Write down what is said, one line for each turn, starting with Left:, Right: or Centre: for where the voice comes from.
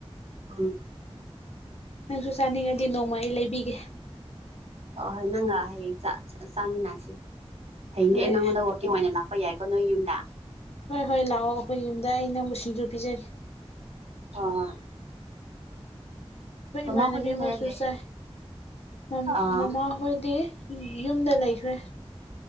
Right: ꯎꯝ
Left: ꯅꯪꯁꯨ ꯆꯥꯅꯤꯡꯉꯗꯤ ꯅꯣꯡꯃ ꯑꯩ ꯂꯩꯕꯤꯒꯦ
Right: ꯑꯣꯍꯣꯏ ꯅꯪꯒ ꯍꯌꯦꯡ ꯆꯥ ꯆꯥꯃꯤꯟꯅꯁꯦ ꯍꯌꯦꯡꯗꯤ
Left: ꯍꯣꯏ
Right: ꯑꯩ ꯅꯪꯉꯣꯟꯗ ꯋꯥꯛ <unintelligible> ꯑꯣꯏꯅ ꯂꯥꯛꯄ ꯌꯥꯏꯀꯣ ꯅꯣꯏ ꯌꯨꯝꯗ
Left: ꯍꯣꯏ ꯍꯣꯏ ꯂꯥꯛꯑꯣ ꯑꯩꯈꯣꯏ ꯌꯨꯝꯗ ꯑꯩ ꯅꯪꯕꯨ ꯁꯤꯡꯖꯨ ꯄꯤꯖ <unintelligible>
Right: ꯑꯥꯍ
Left: ꯑꯩꯈꯣꯏ
Right: ꯃꯃꯥ
Left: ꯏꯃꯥꯟꯅꯕꯤ
Right: ꯈꯣꯏꯗꯤ ꯀꯗꯥꯏ
Left: ꯑꯃꯁꯨ
Right: ꯂꯩ
Left: ꯆꯥꯏ ꯃ
Right: ꯑꯥ
Left: ꯃꯃꯥꯍꯣꯏꯗꯤ ꯌꯨꯝꯗ ꯂꯩꯈ꯭ꯔꯦ